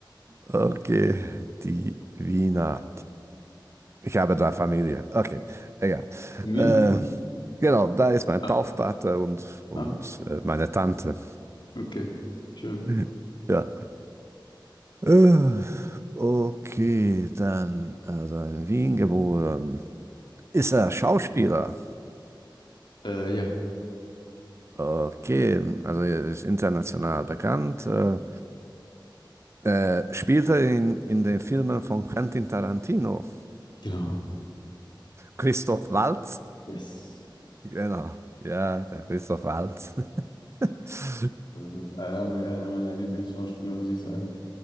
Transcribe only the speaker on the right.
Okay, die Wiener. Ich habe da Familie. Okay, egal.
Äh, genau, da ist mein
Taufpate und, und
äh, meine Tante.
<laughs> Ja. Äh, okay, dann, also in Wien geboren. Ist er Schauspieler?
Okay, also er ist international bekannt. Äh, äh, spielt er in, in den Filmen von Quentin Tarantino?
Christoph Waltz?
Genau, ja, der Christoph Waltz. <laughs>